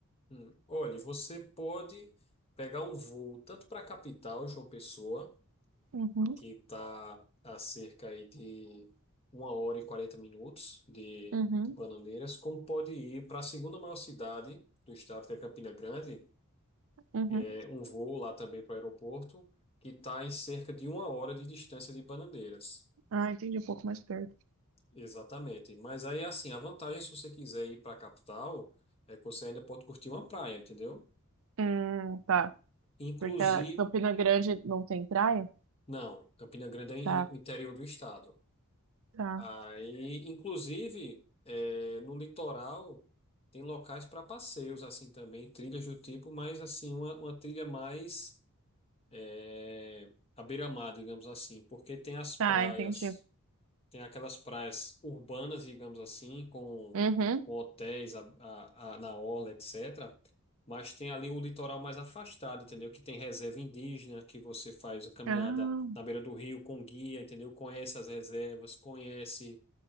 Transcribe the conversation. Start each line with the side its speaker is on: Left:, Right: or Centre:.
Left: Hum. Olha, você pode pegar um voo tanto para a capital, João Pessoa,
Right: Uhum.
Left: que está a cerca aí de uma hora e 40 minutos de,
Right: Uhum.
Left: de Bananeiras, como pode ir para a segunda maior cidade do estado, que é Campina Grande,
Right: Uhum.
Left: é um voo lá também para o aeroporto, que está em cerca de uma hora de distância de Bananeiras.
Right: Ah, entendi um pouco mais perto.
Left: Exatamente. Mas aí, assim, a vantagem, se você quiser ir para a capital, é que você ainda pode curtir uma praia, entendeu?
Right: Hum, tá.
Left: Inclusive,
Right: Porque a Campina Grande não tem praia?
Left: não, Campina Grande é em-
Right: Tá,
Left: o interior do estado.
Right: tá.
Left: Aí, inclusive, é, no litoral, tem locais para passeios, assim, também, trilhas do tipo, mas, assim, uma, uma trilha mais é, à beira-mar, digamos assim, porque tem as praias.
Right: Tá, entendi.
Left: Tem aquelas praias urbanas, digamos assim, com,
Right: Uhum.
Left: com hotéis a- a- a- na orla, etc. Mas tem ali o litoral mais afastado, entendeu? Que tem reserva indígena, que você faz a caminhada
Right: Ah,
Left: na beira do rio com guia, entendeu? Conhece as reservas, conhece